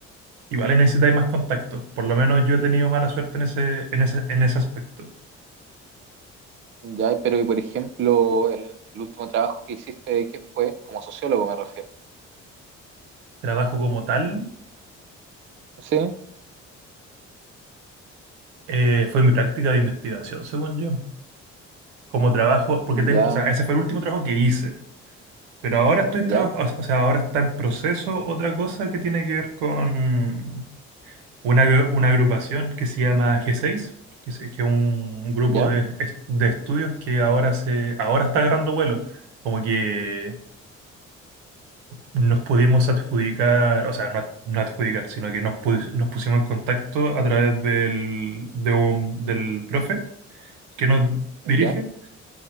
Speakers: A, on the right (about 80°); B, on the right (about 35°).
A: igual necesitáis más contacto. Por lo menos yo he tenido mala suerte en ese, en ese, en ese aspecto.
B: ya, pero y por ejemplo, el, el último trabajo que hiciste, ¿qué fue? Como sociólogo me refiero.
A: Trabajo como tal,
B: ¿Sí?
A: eh, fue mi práctica de investigación, según yo. Como trabajo, porque tengo,
B: Ya,
A: o sea, ese fue el último trabajo que hice. Pero ahora estoy trabajando,
B: ya,
A: o sea, ahora está en proceso otra cosa que tiene que ver con una, agru- una agrupación que se llama G6, que es, que es un grupo
B: ya,
A: de, es- de estudios que ahora, se, ahora está agarrando vuelo. Como que nos pudimos adjudicar, o sea, no, ad- no adjudicar, sino que nos, pus- nos pusimos en contacto a través del, de un- del profe que nos dirige
B: ya,